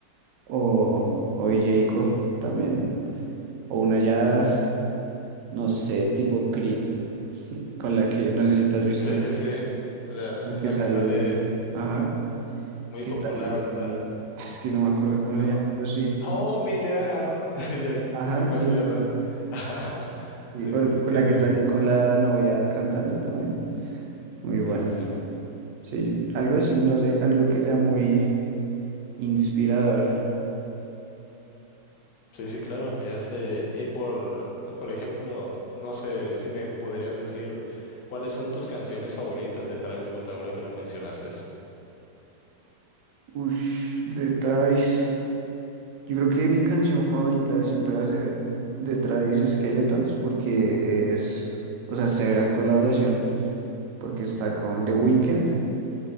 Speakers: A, on the right (about 85°); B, on the left (about 75°).
A: o, o de Jayco también, o una ya, no sé, tipo Creed, con la que, no sé si te has
B: <laughs>
A: visto
B: Sí, sí, sí. La,
A: La que
B: la
A: sale,
B: que sale
A: ajá,
B: muy
A: que
B: popular,
A: sale,
B: la
A: eh,
B: de
A: es que no me acuerdo cómo
B: como
A: se llama, pero sí,
B: Hold
A: sí.
B: me down. <laughs>
A: Ajá,
B: Y así fue
A: sí,
B: así, ¿verdad?
A: bueno,
B: <laughs>
A: sí,
B: Sí,
A: o-
B: sí, te entiendo,
A: con la que
B: viejo.
A: sale con la novia cantando también. Muy
B: Sí,
A: bueno.
B: sí, sí.
A: Sí, algo así, no sé, algo que sea muy inspirador.
B: Sí, sí, claro. Este, y por, por ejemplo, no sé si me podrías decir cuáles son tus canciones favoritas de Travis Scott ahora que lo mencionaste.
A: Ush, de Travis. Yo creo que mi canción favorita siempre va a ser de Travis Skeletons porque es, o sea, severa colaboración, porque está con The Weeknd